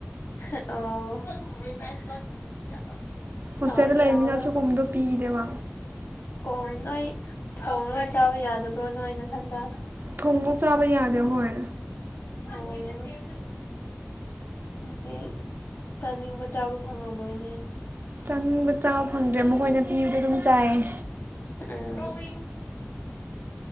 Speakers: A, on the left; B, on the right.
A: ꯑꯣ
B: ꯍꯣꯁꯇꯦꯜꯗ
A: ꯍꯥꯎꯗꯤ
B: ꯂꯩꯕꯅꯤꯅ
A: ꯍꯥꯎꯋꯦ
B: ꯁꯤꯒꯨꯝꯕꯗꯣ ꯄꯤꯈꯤꯗꯦꯕ
A: ꯑꯣ ꯅꯣꯏ ꯊꯣꯡꯉꯒ ꯆꯥꯕ ꯌꯥꯗꯕ꯭ꯔꯣ ꯅꯣꯏ ꯅꯊꯟꯗꯥ
B: ꯊꯣꯡꯅ ꯆꯥꯕ ꯌꯥꯗꯦ ꯍꯣꯏ
A: ꯑꯣ ꯑꯗꯨꯗꯤ ꯆꯥꯅꯤꯡꯕ ꯆꯥꯕ ꯐꯪꯉꯝꯃꯣꯏꯅꯦ
B: ꯆꯥꯅꯤꯡꯕ ꯆꯥꯕ ꯐꯪꯗꯦ ꯃꯈꯣꯏꯅ ꯄꯤꯕꯗ ꯑꯗꯨꯝ ꯆꯥꯏꯌꯦ
A: ꯎꯝ ꯅꯣꯏ